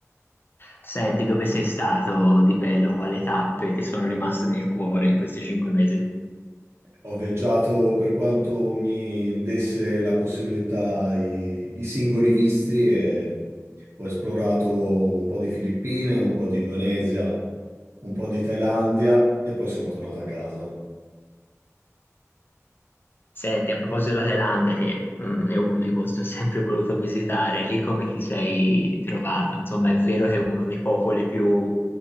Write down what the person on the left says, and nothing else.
Senti, dove sei stato di bello, quali tappe ti sono rimaste nel cuore in questi cinque mesi?
Senti, a proposito della Thailandia, che mm, è uno dei posti che ho sempre voluto visitare, lì come ti sei trovato? Insomma, è vero che è uno dei popoli più,